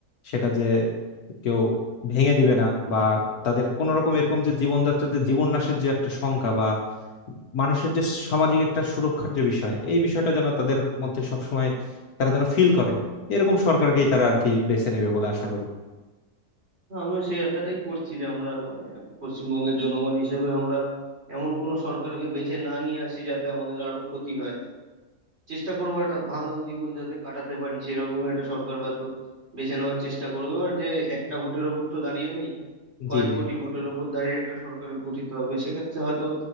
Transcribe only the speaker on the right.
তো আমিও সেই আশাটাই করছি যে আমরা মানে পশ্চিমবঙ্গের জনগণ হিসেবে আমরা এমন কোনো সরকারকে বেছে না নিয়ে আসি যাতে আমাদের আরো ক্ষতি হয় চেষ্টা করবো একটা ভালো জীবন যাতে কাটাতে পারি সেরকম একটা সরকার হয়তো বেছে নেওয়ার চেষ্টা করবে আর যে একটা ভোটের ওপর তো দাঁড়িয়ে নেই কয়েক
কোটি ভোটের ওপর দাঁড়িয়ে একটা সরকার গঠিত হবে সেক্ষেত্রে হয়তো